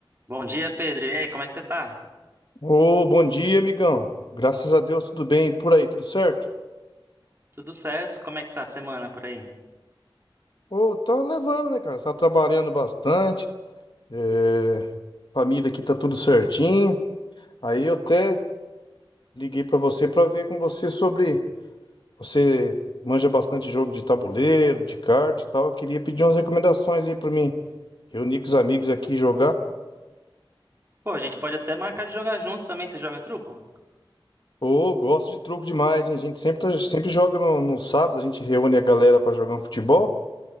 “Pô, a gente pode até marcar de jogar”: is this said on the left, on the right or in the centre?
Right